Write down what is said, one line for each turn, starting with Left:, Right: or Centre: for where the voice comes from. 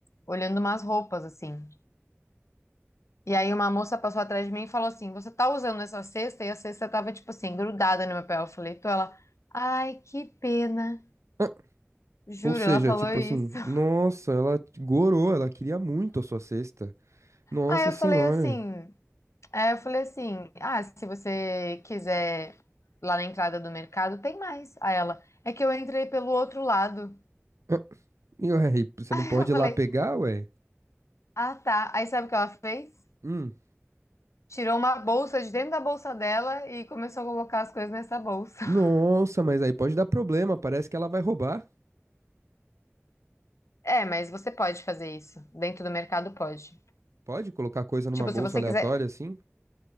Left: olhando umas roupas assim. E aí uma moça passou atrás de mim e falou assim: "Você tá usando essa cesta?" E a cesta tava tipo assim grudada no meu pé. Eu falei, "Tô". Ela: "Ai, que pena".
Right: Ah,
Left: Juro,
Right: ou seja,
Left: ela falou
Right: tipo
Left: isso.
Right: assim,
Left: <laughs>
Right: nossa, ela gorou, ela queria muito a sua cesta. Nossa
Left: Aí eu
Right: senhora.
Left: falei assim. Aí eu falei assim: ah, se você quiser lá na entrada do mercado, tem mais. Aí ela, é que eu entrei pelo outro lado.
Right: Ah, E ué, e você
Left: <laughs>
Right: não pode
Left: Eu falei,
Right: ir lá pegar, ué?
Left: ah, tá. Aí sabe o que ela fez?
Right: Hum.
Left: Tirou uma bolsa de dentro da bolsa dela e começou a colocar as coisas nessa bolsa.
Right: Nossa,
Left: <laughs>
Right: mas aí pode dar problema, parece que ela vai roubar.
Left: É, mas você pode fazer isso. Dentro do mercado pode.
Right: Pode colocar coisa numa
Left: Tipo,
Right: bolsa
Left: se você
Right: aleatória
Left: quiser.
Right: assim?